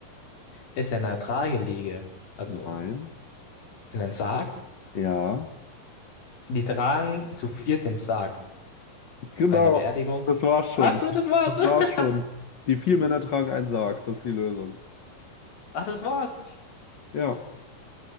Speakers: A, on the left; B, on the left.
A: Ist er in einer Trageliege, also
B: nein,
A: in einem Sarg?
B: ja.
A: Die tragen zu viert den Sarg
B: Genau,
A: bei einer Beerdigung.
B: das war's
A: Ach
B: schon.
A: so, das war's.
B: Das war's schon.
A: <laughs>
B: Die vier Männer tragen einen Sarg, das ist die Lösung.
A: Ach, das war's.
B: Ja,